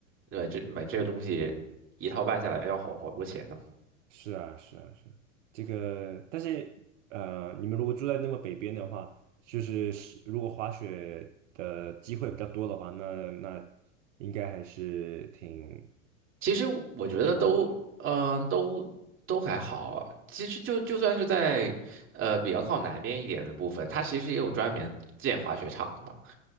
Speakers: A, on the right; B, on the right.
A: 对吧？这买这个东西一套办下来要好好多钱呢。
B: 我是啊是啊是啊这个，但是呃，你们如果住在那么北边的话，就是是如果滑雪的机会比较多的话，那那应该还是挺
A: 其实我我觉得都，
B: 挺划得来。
A: 嗯、都都还好。其实就就算是在呃比较靠南边一点的部分，它其实也有专门建滑雪场的嘛。